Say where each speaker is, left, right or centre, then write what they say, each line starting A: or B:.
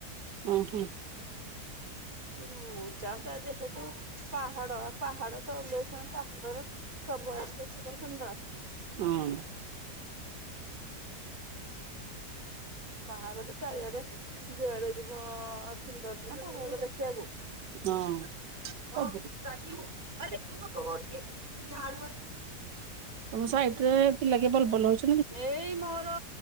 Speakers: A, on the right; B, on the right.
A: ଓ ହଁ।
B: ମୁଁ ଚାହାନ୍ତା ଯେହେତୁ ପାହାଡ଼ ପାହାଡ଼ ତ ଆଉ ଏଇ ପାହାଡର ସବୁ ଆସେ ଶିବ ସୁନ୍ଦର।
A: ହଁ।
B: ପାହାଡ ତ ଚାରିଆଡେ ଯୁଆଡେ ଯିବ ସୁନ୍ଦର ଦେଖିବାକୁ।
A: ହଁ ହଁ ସବୁ
B: ହଁ ଚାଖିବୁ। ଆରେ ଶୁଣୁନ କହୁଛି ସେ ଝାଡୁ
A: ତମ ସାଇଟ୍ ରେ ପିଲା କିଏ ବଲ୍ ବଲ୍ ହଉଛି।
B: ଏଇ ମୋର